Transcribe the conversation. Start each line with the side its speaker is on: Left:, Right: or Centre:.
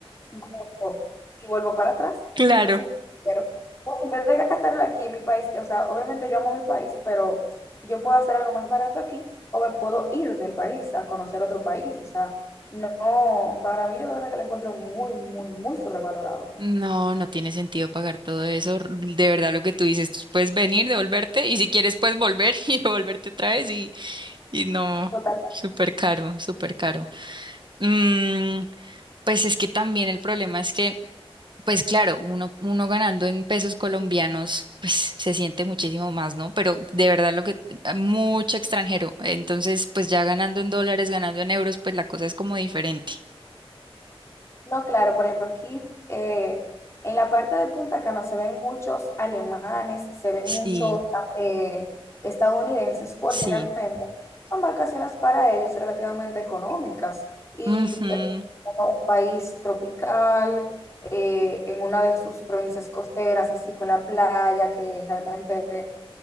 Left: gordo y vuelvo para atrás.
Right: Claro.
Left: Entonces, pero pues, en vez de gastarlo aquí en mi país, que, o sea, obviamente yo amo mi país, pero yo puedo hacer algo más barato aquí o me puedo ir del país a conocer otro país. O sea, no, para mí yo de verdad que lo encuentro muy, muy, muy sobrevalorado.
Right: No, no tiene sentido pagar todo eso. r- De verdad, lo que tú dices, tú puedes venir, devolverte, y si quieres, puedes volver <laughs> y devolverte otra vez. Y, y no,
Left: total
Right: súper caro, súper caro. Mm, pues es que también el problema es que Pues claro, uno, uno ganando en pesos colombianos, pues se siente muchísimo más, ¿no? Pero de verdad lo que, eh, mucho extranjero. Entonces, pues ya ganando en dólares, ganando en euros, pues la cosa es como diferente.
Left: No, claro, por ejemplo, aquí eh, en la parte de Punta Cana se ven muchos alemanes, se ven
Right: Sí,
Left: muchos eh, estadounidenses, porque
Right: sí.
Left: realmente son vacaciones para ellos relativamente económicas. Y
Right: Ujú,
Left: es como un país tropical, eh, en una de sus provincias costeras, así con la playa, que realmente